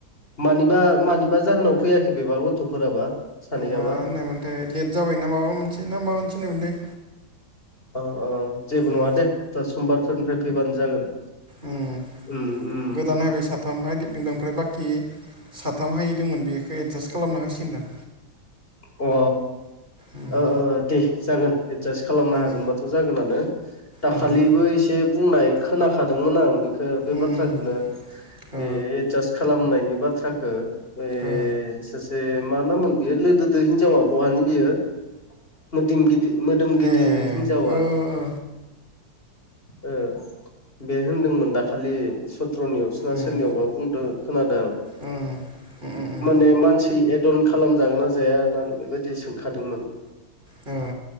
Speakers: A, on the left; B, on the right.
A: मानिबा मानिबा जाहोनाव फैयाखै बेबा गथ'फोराबा सानैयाबा
B: मा होननायमोनथाय लेट जाबाय ना माबा मोनसे ना माबा मोनसे होननायमोनथाय
A: अ अ जेबो
B: उम
A: नङा दे दा समबारफोरनिफ्राय फैबानो जागोन।
B: ओम
A: उम उम
B: गोदान नायबाय साथाम हागिरदोंदों ओमफ्राय बाखि साथाम हायै दंमोन बेखौ एडजास्ट खालामना होसिगोनदां।
A: अ ओ
B: उम
A: ओ दे जागोन। एदजासट खालामनो
B: उम
A: हागोनबाथ' जागोनानो। दाखालिबो
B: उम
A: एसे बुंनाय खोनाखादोंमोन आं बेखौ बे
B: उम
A: बाथ्राखौनो
B: उम
A: बे
B: ओ
A: एडजास्ट खालामनायनि बाथ्राखो। ए
B: ओ
A: सासे मा नामोन बेयो लोदोदो हिनजावा बहानि बियो? मोदोम गिदि मोदोम गिदिर
B: ए
A: हिनजावा
B: ओ ओ
A: ओ बे होनदोंमोन दाखालि सत्रनियाव सोना
B: उम
A: सोरनियावबा बुंदो खोनादों
B: उम उम उम
A: माने मानसि एदन खालामजागोन ना जाया होननानै बेबायदि सोंखादोंमोन।
B: ओ